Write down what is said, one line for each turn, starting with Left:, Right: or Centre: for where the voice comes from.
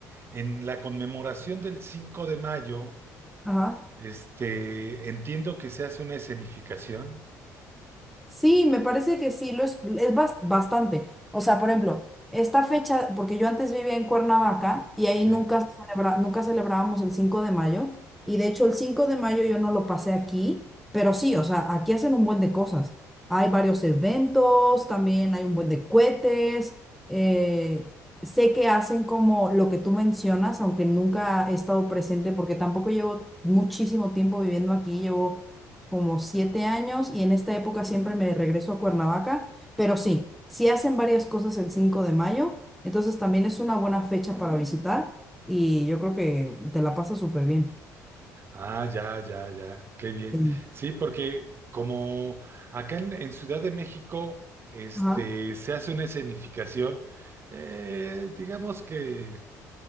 Right: en la conmemoración del 5 de mayo,
Centre: Ajá.
Right: este, entiendo que se hace una escenificación.
Centre: Sí, me parece que sí, lo es, es bas- bastante. O sea, por ejemplo, esta fecha, porque yo antes vivía en Cuernavaca y ahí
Right: Sí.
Centre: nunca, se celebra- nunca celebrábamos el 5 de mayo y de hecho el 5 de mayo yo no lo pasé aquí, pero sí, o sea, aquí hacen un buen de cosas. Hay varios eventos, también hay un buen de cohetes. eh, sé que hacen como lo que tú mencionas, aunque nunca he estado presente porque tampoco llevo muchísimo tiempo viviendo aquí, llevo como siete años y en esta época siempre me regreso a Cuernavaca, pero sí, sí hacen varias cosas el 5 de mayo, entonces también es una buena fecha para visitar y yo creo que te la pasas súper bien.
Right: Ah, ya, ya, ya, qué bien.
Centre: Sí.
Right: Sí, porque como acá en, en Ciudad de México, este,
Centre: Ajá,
Right: se hace una escenificación, eh, digamos que